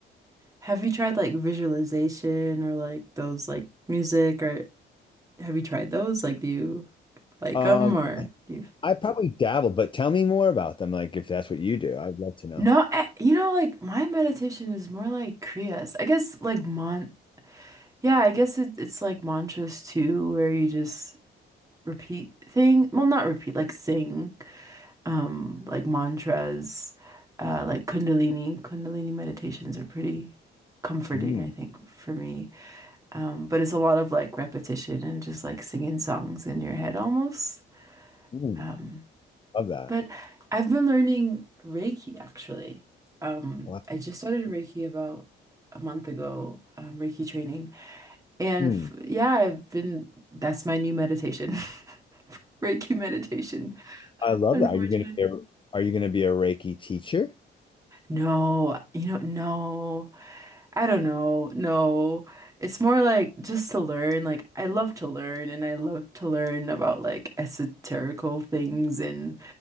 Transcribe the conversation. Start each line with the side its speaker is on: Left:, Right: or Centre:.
Right: Have you tried like visualization or like those like music or have you tried those? Like, do you like
Left: Um,
Right: them or do you?
Left: I probably dabble, but tell me more about them. Like, if that's what you do, I'd love to know.
Right: No, I, you know, like my meditation is more like kriyas. I guess like mon yeah, I guess it, it's like mantras too, where you just repeat thing. Well, not repeat, like sing, um, like mantras, uh, like Kundalini. Kundalini meditations are pretty comforting,
Left: Mm,
Right: I think, for me. Um, but it's a lot of like repetition and just like singing songs in your head almost.
Left: mm,
Right: Um,
Left: love that.
Right: But I've been learning Reiki actually. Um,
Left: Wow.
Right: I just started Reiki about a month ago, um, Reiki training. And
Left: Mm,
Right: f yeah, I've been, that's my new meditation, <laughs> Reiki meditation,
Left: I love
Right: unfortunately.
Left: that. Are you gonna be a, are you gonna be a Reiki teacher?
Right: No, you know, no, I don't know. No, it's more like just to learn. Like, I love to learn and I love to learn about like esoterical things and